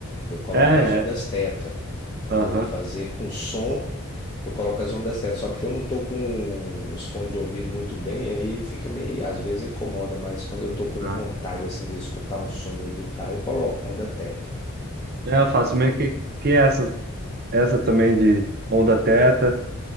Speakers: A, on the left; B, on the right.
A: Eu coloco
B: É,
A: as ondas
B: é,
A: teta. Quando
B: aham.
A: eu vou fazer com som, eu coloco as ondas teta. Só porque eu não tô com os fones de ouvido muito bem, aí fica meio, às vezes incomoda, mas quando eu tô com
B: ah.
A: vontade assim de escutar um som e meditar, eu coloco onda teta.
B: É, eu faço meio que, que essas, essa também de onda teta.